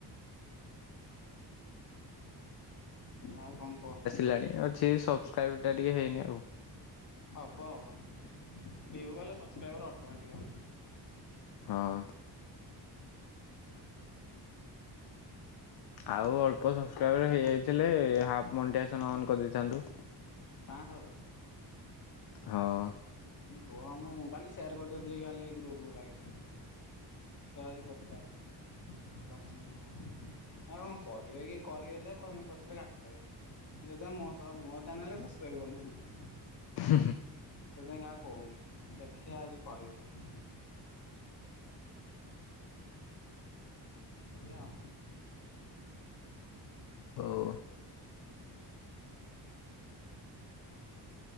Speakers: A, on the left; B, on the left.
A: ହଁ ଆଉ କଣ କୁହ?
B: ଲାଣି ଅଛି ସବସ୍କ୍ରାଇବ୍ଟା ଟିକେ ହେଇନି ଆଉ।
A: ହବ ହବ କିଛି ନାହିଁ, ଭିୟୁ ଗଲେ ସବସ୍କ୍ରାଇବର ଅଟୋମେଟିକ୍ ହବ।
B: ହଁ। ଆଉ ଅଳ୍ପ ସବସ୍କ୍ରାଇବର ହେଇଯାଇଥିଲେ, ହାଫ ମଣ୍ଡିଆସନ ଅନ୍ କରିଦେଇଥାନ୍ତୁ।
A: ପାଆଁଶରୁ
B: ହଁ।
A: କୁହ ମୁଁ କାଲି ସେୟାର କରିଦେଇଥିଲି କାଲି ଗ୍ରୁପ ଗୁଡାକରେ। ଖ୍ୟାଳଦ କରତାରେ କରିଛନ୍ତି ଆ କଣ କରିବେ କି କରିବେ ଯେ ପଣି ପଛରେ କାଟିଦେବେ। ସେ ମୋ ମୋ ଚ୍ୟାନେଲ ସବସ୍କ୍ରାଇବ କରୁନାହାନ୍ତି।
B: ହୁଁ ହୁଁ
A: ସେଇଥି ପାଇଁ କାହାକୁ କହୁନି, ଦେଖିବା ଆଜି କହିବି। ଏଇ ଆଉ
B: <unintelligible>